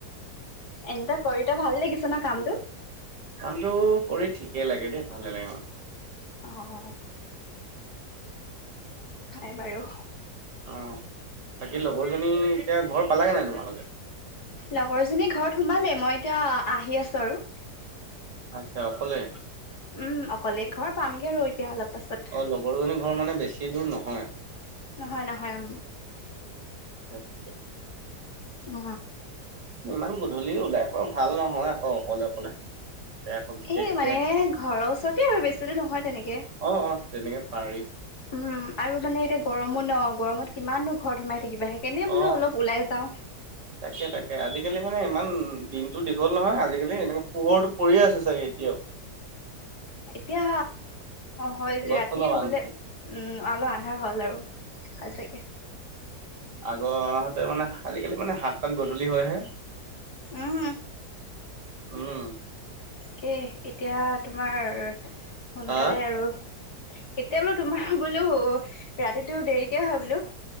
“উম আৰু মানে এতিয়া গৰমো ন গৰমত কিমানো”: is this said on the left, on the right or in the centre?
Left